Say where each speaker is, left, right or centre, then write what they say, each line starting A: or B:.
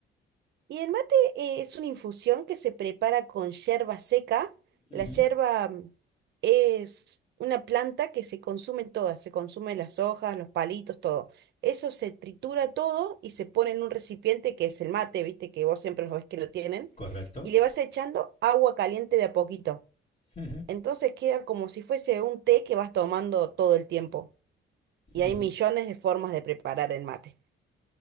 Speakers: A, on the right; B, on the left.
A: Y el mate eh, es una infusión que se prepara con yerba seca.
B: Uh
A: La
B: -huh.
A: yerba mm, es una planta que se consume toda, se consume las hojas, los palitos, todo. Eso se tritura todo y se pone en un recipiente que es el mate, viste que vos siempre lo ves que lo tienen,
B: Correcto.
A: y le vas echando agua caliente de a poquito.
B: Uh -huh.
A: Entonces queda como si fuese un té que vas tomando todo el tiempo. Y
B: Uh -huh.
A: hay millones de formas de preparar el mate.